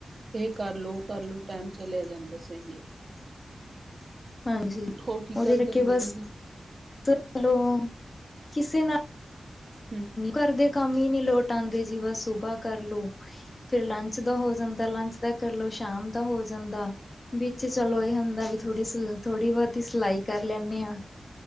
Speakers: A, on the right; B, on the left.
A: ਇਹ ਕਰ ਲਓ ਕਰ ਲਓ ਟਾਈਮ ਚਲਿਆ ਜਾਂਦਾ ਸਹੀ ਹੈ। <unintelligible>
B: ਹਾਂਜੀ
A: ਹੋਰ ਕੀ
B: ਉਹਦੇ
A: ਕਰਦੇ
B: ਕਰਕੇ
A: ਹੁੰਦੇ ਹੋ
B: ਬਸ
A: ਤੁਸੀਂ
B: ਚਲੋ ਕਿਸੇ ਨਾਲ
A: ਹੂੰ
B: ਘਰ ਦੇ ਕੰਮ ਹੀ ਨੀ ਲੋਟ ਆਉਂਦੇ ਜੀ ਬਸ ਸੁਬਾਹ ਕਰਲੋ ਫਿਰ ਲੰਚ ਦਾ ਹੋ ਜਾਂਦਾ। ਲੰਚ ਦਾ ਕਰਲਓ ਸ਼ਾਮ ਦਾ ਹੋ ਜਾਂਦਾ। ਵਿੱਚ ਚਲੋ ਇਹ ਹੁੰਦਾ ਵੀ ਥੋੜੀ ਸ ਥੋੜ੍ਹੀ ਬਹੁਤੀ ਸਿਲਾਈ ਕਰ ਲੈਂਦੇ ਹਾਂ।